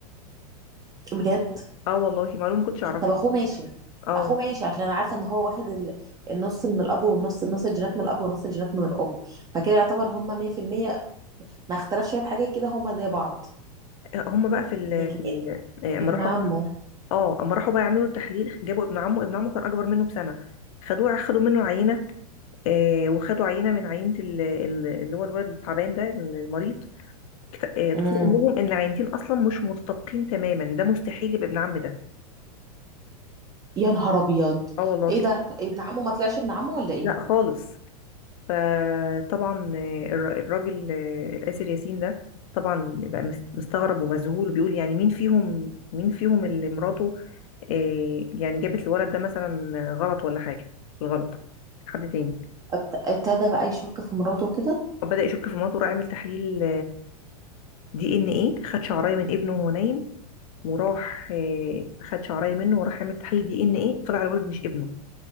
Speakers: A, on the right (about 20°); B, on the left (about 60°).
A: بجد
B: اه والله معلومه ما كنتش اعرفها
A: طب اخوه ماشي
B: اه
A: اخوه ماشي عشان انا عارفه ان هو واخد ال- النص من الاب والنص نص الجينات من الاب ونص الجينات من الام فكده يعتبر هما 100% ما اختلف شويه حاجات كده هما زي بعض
B: هم بقى في ال
A: لكن
B: في ال
A: إيه؟
B: آه، اما
A: ابن
B: راحوا
A: عمه
B: بقى- اه اما راحوا بقى يعملوا التحليل جابوا ابن عمه ابن عمه كان اكبر منه بسنه خدوه خدوا منه عينه آه وخدوا عينه من عينه ال- ال- اللي هو الولد التعبان ده المريض كت- آه، الدكتور
A: امم
B: قال لهم ان العينتين اصلا مش متطابقين تماما ده مستحيل يبقى ابن عم ده
A: يا نهار ابيض
B: اه والله
A: ايه ده ابن عمه ما طلعش ابن عمه ولا ايه
B: لا خالص فطبعا الر- الراجل الآسر ياسين ده طبعا بقى مس- مستغرب ومذهول بيقول يعني مين فيهم مين فيهم اللي مراته آه، يعني جابت الولد ده مثلا غلط ولا حاجة الغلط حد تاني
A: ابت- ابتدى بقى يشك في مراته كده
B: بدأ يشك في مراته راح عمل تحليل دي ان ايه خد شعرايه من ابنه وهو نايم وراح آه، خد شعرايه منه وراح عمل تحليل دي ان ايه طلع الولد مش ابنه